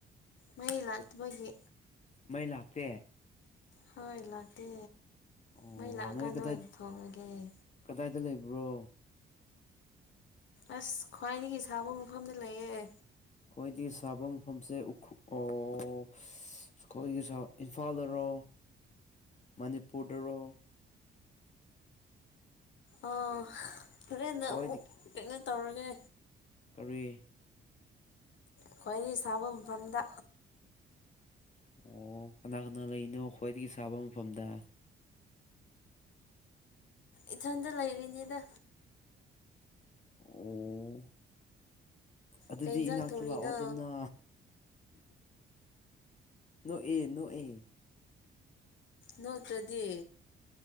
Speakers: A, on the left; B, on the left.
A: ꯃꯩ ꯂꯥꯛꯇꯕꯒꯤ
B: ꯃꯩ ꯂꯥꯛꯇꯦ
A: ꯍꯣꯏ ꯂꯥꯛꯇꯦ
B: ꯑꯣ
A: ꯃꯩ ꯂꯥꯛꯑꯀꯥꯟꯗ
B: ꯅꯣꯏ ꯀꯗꯥꯏ
A: ꯑꯣꯏꯅ ꯊꯣꯡꯉꯒꯦ
B: ꯀꯗꯥꯏꯗ ꯂꯩꯕ꯭ꯔꯣ
A: ꯑꯁ ꯈ꯭ꯋꯥꯏꯗꯒꯤ ꯁꯥꯕ ꯃꯐꯝꯗ ꯂꯩꯌꯦ
B: ꯑꯩꯈꯣꯏꯗꯤ ꯁꯥꯕ ꯃꯐꯝꯁꯦ ꯎꯈ꯭ꯔꯨ ꯑꯣ ꯑꯩꯈꯣꯏꯒꯤ ꯁꯥ ꯏꯝꯐꯥꯜꯗꯔꯣ ꯃꯅꯤꯄꯨꯔꯗꯔꯣ
A: ꯑꯥ ꯍꯣꯔꯦꯟꯅ
B: ꯈꯣꯏꯗꯤ
A: ꯑꯃꯨꯛ ꯀꯩꯅꯣ ꯇꯧꯔꯒꯦ
B: ꯀꯔꯤ
A: ꯈ꯭ꯋꯥꯏꯗꯩ ꯁꯥꯕ ꯃꯐꯝꯗ
B: ꯑꯣ ꯀꯅꯥ ꯀꯅꯥ ꯂꯩꯅꯣ ꯈ꯭ꯋꯥꯏꯗꯒꯤ ꯁꯥꯕ ꯃꯐꯝꯗ
A: ꯏꯊꯟꯗ ꯂꯩꯔꯤꯅꯤꯗ
B: ꯑꫭ ꯑꯗꯨꯗꯤ
A: ꯀꯩ ꯏꯟꯖꯥꯡ
B: ꯏꯅꯥꯛꯇ
A: ꯊꯣꯡꯔꯤꯅꯣ
B: ꯂꯥꯛꯑꯣꯗꯅ ꯅꫭꯛꯑꯦ ꯅꫭꯛꯑꯦ
A: ꯅꯣꯛꯇ꯭ꯔꯗꯤ